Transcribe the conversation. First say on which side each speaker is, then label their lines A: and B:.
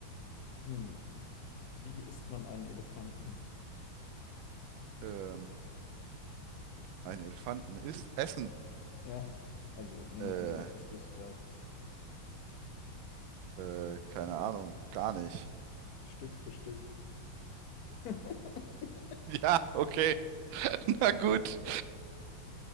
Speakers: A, on the left; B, on the right.
A: Hm, wie isst man einen Elefanten?
B: ähm, ein Elefanten isst Essen.
A: Ja, also nehmen
B: Äh,
A: wir an, du hättest Lust drauf.
B: äh, keine Ahnung, gar nicht.
A: Stück für Stück. <laughs>
B: Ja, okay. <laughs> Na gut.